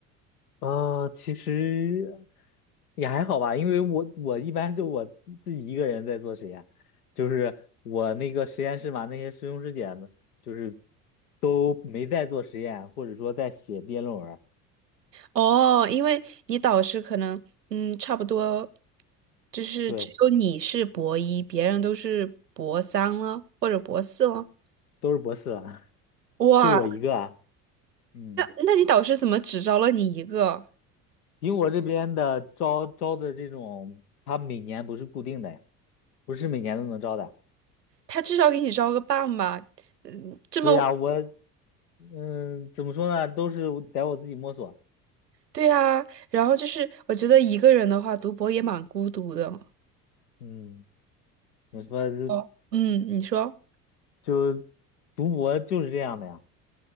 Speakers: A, on the left; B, on the right.
A: 呃，其实也还好吧，因为我我一般就我自己一个人在做实验，就是我那个实验室嘛，那些师兄师姐们就是都没在做实验，或者说在写毕业论文儿
B: 哦，因为你导师可能，嗯，差不多，就是只有你是博一，
A: 对，
B: 别人都是博三了，或者博四了。
A: 都是博士了，<laughs>
B: 哇，
A: 就我一个啊，嗯，
B: 那那你导师怎么只招了你一个？
A: 因为我这边的招招的这种，他每年不是固定的呀。不是每年都能招的。
B: 他至少给你招个半吧？嗯，这么，
A: 对呀，我嗯，怎么说呢，都是我得我自己摸索。
B: 对啊。然后就是，我觉得一个人的话，读博也蛮孤独的。
A: 嗯，怎么说就
B: 哦，嗯，你说。
A: 就读博就是这样的呀。